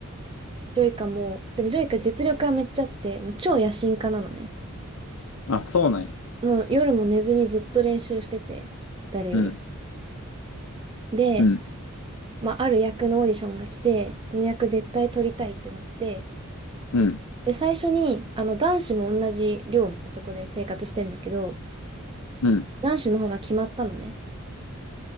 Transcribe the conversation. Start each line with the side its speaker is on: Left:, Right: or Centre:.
Right: ジョイカも、でも、ジョイカ実力はめっちゃあって、もう超野心家なのね。
Left: あ、そうなんや。
Right: もう夜も寝ずにずっと練習してて、誰よりも。
Left: うん、
Right: で、
Left: うん、
Right: まあ、ある役のオーディションが来て、その役絶対取りたいってなって、
Left: うん、
Right: で、最初に、あの、男子も同じ寮みたいなとこで生活してんだけど、
Left: うん。
Right: 男子の方が決まったのね。